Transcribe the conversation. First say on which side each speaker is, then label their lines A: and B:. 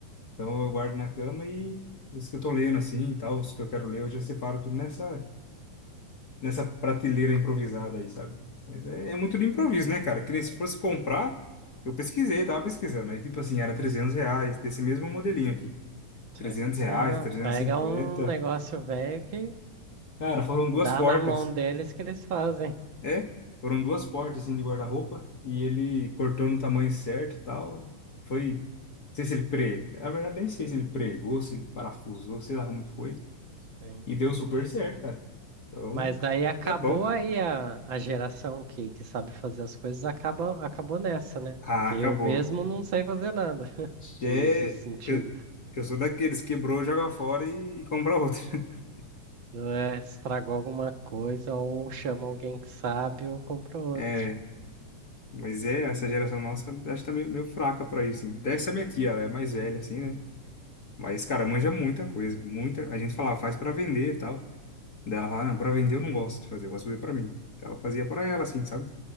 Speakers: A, on the left (about 40°); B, on the right (about 45°).
A: então eu guardo na cama e os que eu tô lendo, assim, e tal, os que eu quero ler, eu já separo tudo nessa, nessa prateleira improvisada aí, sabe? Mas é, é muito do improviso, né, cara? Que nem se fosse comprar, eu pesquisei, tava pesquisando. Aí, tipo assim, era 300 reais, desse mesmo modelinho aqui 300
B: Sei.
A: reais,
B: Ah,
A: trezentos
B: pega
A: e cinquenta.
B: um negócio velho que
A: Cara, foram duas
B: dá
A: portas.
B: na mão deles que eles fazem.
A: É, foram duas portas assim de guarda-roupa e ele cortou no tamanho certo e tal. Foi, não sei se ele pre, na verdade nem sei se ele pregou, se ele parafusou, sei lá como que foi.
B: Sim.
A: E deu super certo, cara. Então,
B: Mas daí acabou
A: é bom.
B: aí a, a geração que, que sabe fazer as coisas acaba, acabou nessa, né?
A: Ah,
B: Porque
A: acabou.
B: eu mesmo não sei fazer nada <laughs>
A: É,
B: nesse sentido.
A: eu, eu sou daqueles quebrou, joga fora e, e compra outro. <laughs>
B: É, estragou alguma coisa, ou chama alguém que sabe, ou compra outro.
A: É, mas é, essa geração nossa acho que tá meio, meio fraca pra isso. Assim. Até essa minha tia, ela é mais velha, assim, né? Mas, cara, manja muita coisa, muita. A gente falava, faz pra vender e tal. Daí ela falava, não, pra vender eu não gosto de fazer, eu gosto de fazer pra mim. Então ela fazia pra ela, assim, sabe?